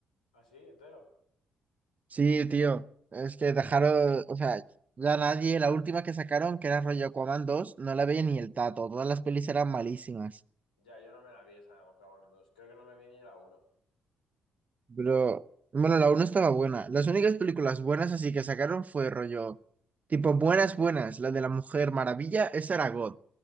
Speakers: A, on the left (about 85°); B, on the right (about 35°).
A: ¿Así? ¿Entero?
B: Sí, tío, es que dejaron, o sea, ya nadie, la última que sacaron, que era rollo Aquaman dos, no la veía ni el tato, todas las pelis eran malísimas.
A: Ya, yo no me la vi esa de Bocaban 2, creo que no me vi ni la uno.
B: Pero, bueno, la uno estaba buena. Las únicas películas buenas así que sacaron fue rollo, tipo, buenas, buenas, la de la Mujer Maravilla, esa era God.